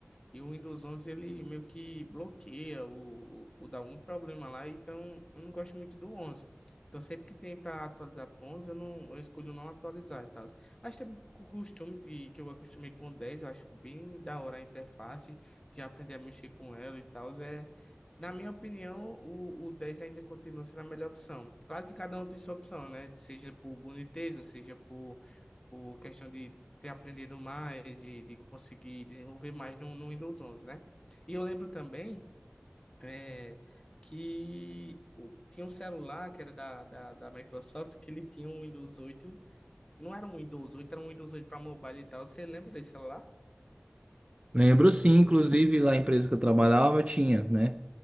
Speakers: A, on the left; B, on the right.
A: E o Windows 11 ele meio que bloqueia ou, ou dá algum problema lá. Então eu não gosto muito do onze Então sempre que tem para atualizar pro 11 eu, não, eu escolho não atualizar e tal. Acho também o costume de, que eu acostumei com 10, eu acho bem da hora a interface, já aprendi a mexer com ela e tal. É, na minha opinião, o, o 10 ainda continua sendo a melhor opção. Claro que cada um tem sua opção, né? Seja por boniteza, seja por, por questão de ter aprendido mais, de, de conseguir desenvolver mais no, no Windows 11, né? E eu lembro também é, que o- tinha um celular que era da, da, da Microsoft que ele tinha um Windows oito não era um Windows oito era um Windows 8 para mobile e tal. Você lembra desse celular?
B: lembro sim, inclusive lá na empresa que eu trabalhava tinha, né?